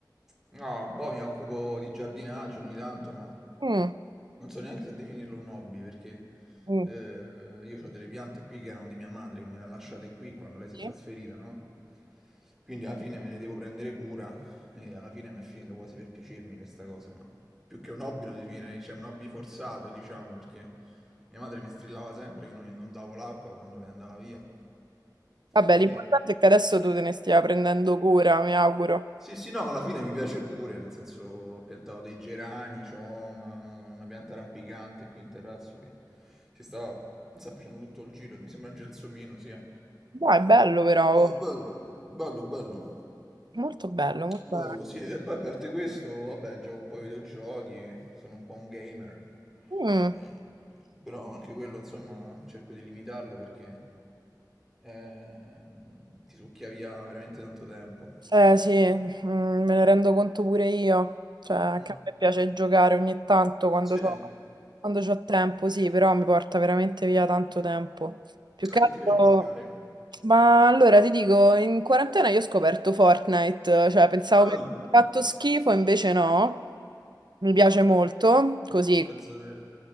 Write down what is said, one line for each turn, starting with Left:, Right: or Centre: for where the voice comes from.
Centre: No, un po' mi occupo di giardinaggio ogni tanto, ma
Right: mm,
Centre: non so neanche se definirlo un hobby perché
Right: mm,
Centre: eh, io ho delle piante qui che erano di mia madre, che me le ha lasciate qui quando lei si
Right: sì.
Centre: è trasferita, no? Quindi alla fine me ne devo prendere cura e alla fine mi è finito quasi per piacermi questa cosa, ma più che un hobby lo definirei, cioè un hobby forzato, diciamo, perché mia madre mi strillava sempre che non, non davo l'acqua quando lei andava via.
Right: Vabbè,
Centre: E...
Right: l'importante è che adesso tu te ne stia prendendo cura, mi auguro.
Centre: Sì, sì, no, ma alla fine mi piace pure, nel senso ho piantato dei gerani, c'ho una, una pianta rampicante qui in terrazzo che si sta, sta facendo tutto il giro, mi sembra un gelsomino, sia.
Right: Dai, è bello però,
Centre: No,
Right: oh.
Centre: è bello, bello, bello.
Right: molto bello, molto
Centre: Bello, sì, e poi a parte questo, vabbè, gioco un po' ai videogiochi, sono un po' un gamer,
Right: bello.
Centre: Eh, però anche quello, insomma, cerco di limitarlo perché ehm, ti succhia via veramente tanto tempo.
Right: Eh sì, mm, me ne rendo conto pure io, cioè
Centre: Mm.
Right: che a me piace giocare ogni tanto quando
Centre: Sì,
Right: c'ho, quando c'ho tempo, sì, però mi porta veramente via tanto tempo. Più che
Centre: A che
Right: altro,
Centre: ti piace giocare?
Right: ma allora ti dico, in quarantena io ho scoperto Fortnite, cioè pensavo
Centre: Ah,
Right: mi avesse fatto schifo, invece no, mi piace molto, così
Centre: Penso che